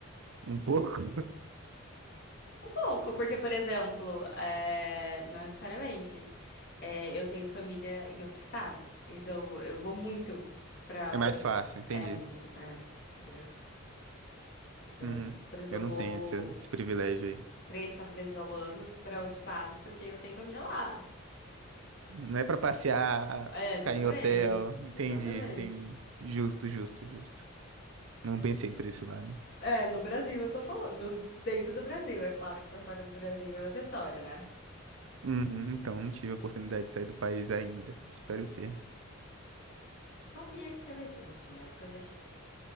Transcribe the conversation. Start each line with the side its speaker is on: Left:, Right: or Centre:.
Right: Um pouco? <laughs>
Left: Um pouco, porque, por exemplo, é, não necessariamente, é, eu tenho família em outro estado. Então, eu vou muito pra,
Right: É
Left: pro
Right: mais
Left: Mato
Right: fácil,
Left: Grosso.
Right: entendi.
Left: É, muito, é, entendeu? Então,
Right: Uhum.
Left: por exemplo,
Right: Eu
Left: eu vou
Right: não tenho esse, esse privilégio aí.
Left: 3 4 vezes ao ano para outro estado, porque eu tenho família lá.
Right: Não é pra passear,
Left: É,
Right: ficar
Left: exatamente.
Right: em hotel. Entendi,
Left: Exatamente.
Right: entendi. Justo, justo, justo. Não pensei por esse lado.
Left: É, no Brasil eu tô falando, no- dentro do Brasil, é claro que pra fora do Brasil é outra história, né?
Right: Uhum, então, não tive a oportunidade de sair do país ainda. Espero ter.
Left: Confia que você vai ter um dia, as coisas chegam.